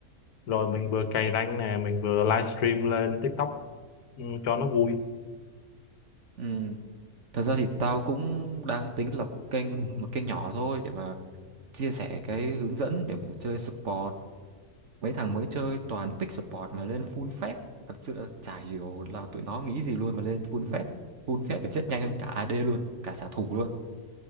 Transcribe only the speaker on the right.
ừ Thật ra thì tao cũng đang tính lập kênh một kênh nhỏ thôi để mà chia sẻ cái hướng dẫn để mà chơi support. Mấy thằng mới chơi toàn pick support mà lên full phép. Thật sự là chả hiểu là tụi nó nghĩ gì luôn mà lên full phép. Full phép để chết nhanh hơn cả AD luôn, cả xạ thủ luôn.